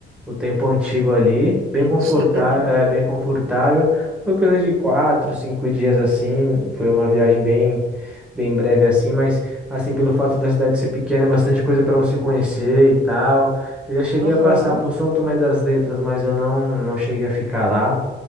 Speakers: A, in the centre; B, on the right.
A: o tempo antigo ali, bem
B: É
A: confortável,
B: antiga, né?
A: é bem confortável. Foi coisa de quatro, cinco dias assim, foi uma viagem bem, bem breve assim, mas assim, pelo fato da cidade ser pequena, é bastante coisa para você conhecer e tal. Eu já cheguei
B: Aham,
A: a passar por São Tomé das Letras, mas eu não, não cheguei a ficar lá